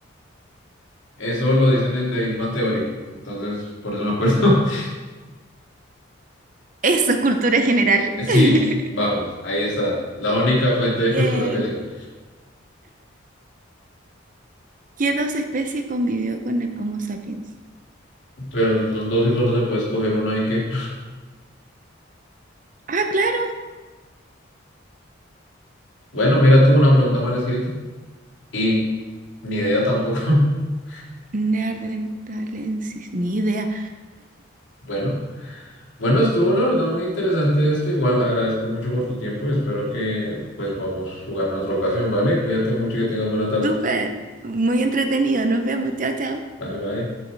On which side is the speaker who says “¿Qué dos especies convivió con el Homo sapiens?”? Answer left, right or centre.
Right